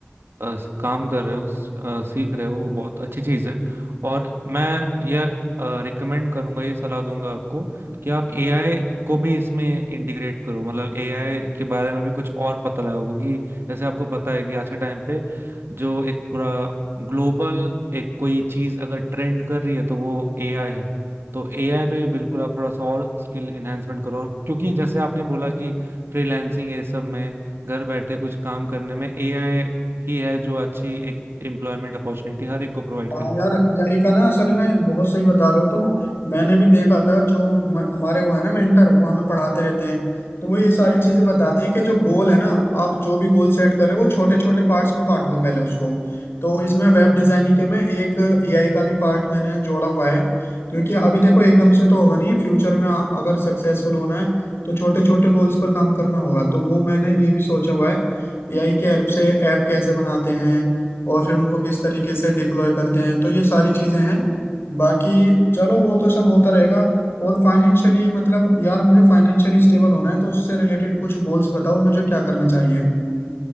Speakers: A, on the right; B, on the left.
A: अ, स- काम कर रहे हो स- अ, सीख रहे हो वो बहुत अच्छी चीज़ है और मैं यह रिकमेंड करूंगा ये सलाह दूंगा आपको कि आप एआई को भी इसमें इंटीग्रेट करो मतलब एआई के बारे में भी कुछ और पता लगाओ क्योंकि जैसे आपको पता है कि आज के टाइम पे जो एक पूरा ग्लोबल एक कोई चीज़ अगर ट्रेंड कर रही है तो वो एआई है तो एआई पे भी बिल्कुल आप थोड़ा सा और स्किल एनहेंसमेंट करो क्योंकि जैसे आपने बोला कि फ्रीलांसिंग ये सब में घर बैठे कुछ काम करने में एआई ही है जो अच्छी एक एम्प्लॉयमेंट अपॉर्चुनिटी हर एक को प्रोवाइड
B: हाँ
A: करेगा
B: यार हमारी का ना असल में बहुत सही बता रहे हो तुम मैंने भी देखा था जो म- हमारे वो है ना मेंटर वो हमें पढ़ाते रहते हैं तो वो ये सारी चीजें बताते हैं कि जो गोल है ना आप जो भी गोल सेट करें वो छोटे छोटे पार्ट्स में बांट लो पहले उसको तो इसमें वेब डिजाइनिंग के में एक एआई का भी पार्ट मैंने जोड़ा हुआ है क्योंकि अभी देखो एकदम से तो होगा नहीं फ्यूचर में आ- अगर सक्सेसफुल होना है तो छोटे छोटे गोल्स पर काम करना होगा तो वो मैंने ये भी सोचा हुआ है एआई के हेल्प से ऐप कैसे बनाते हैं और फिर उनको किस तरीके से डिप्लॉय करते हैं तो ये सारी चीजें हैं बाकी चलो वो तो सब होता रहेगा और फाइनेंशियली मतलब यार मुझे फाइनेंशियली स्टेबल होना है तो उससे रिलेटेड कुछ गोल्स बताओ मुझे क्या करना चाहिए